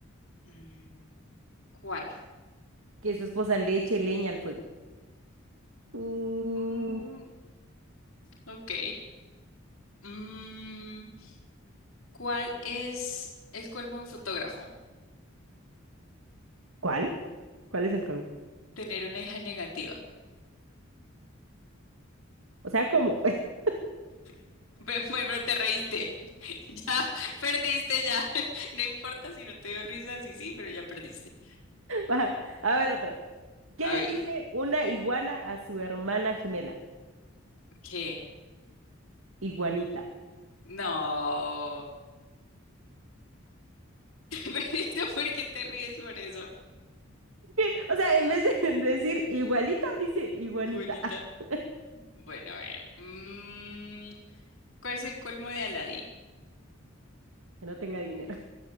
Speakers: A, on the left; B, on the right.
A: Mm, ¿cuál?
B: Que su esposa le eche leña al fuego. Mm,
A: Mm, ok. Mm, ¿Cuál es el colmo de un fotógrafo?
B: ¿Cuál? ¿Cuál es el colmo?
A: Tener una hija negativa.
B: O sea, ¿cómo? <laughs>
A: <laughs> Ve- ve, Pero te reíste. <laughs> Ya perdiste, ya. <laughs> No importa si no te dio risa, sí, sí, pero ya perdiste.
B: Va, A ver, otra. ¿Qué
A: A
B: le
A: ver,
B: dice una iguana a su hermana gemela?
A: ¿qué?
B: Iguanita.
A: No. <laughs> Te Perdiste, ¿por qué te ríes por eso?
B: <laughs> O sea, en vez de decir igualita, dice iguanita.
A: Qué bonita.
B: <laughs>
A: Bueno, a ver. mm, ¿cuál es el colmo de Aladín?
B: Que no tenga dinero.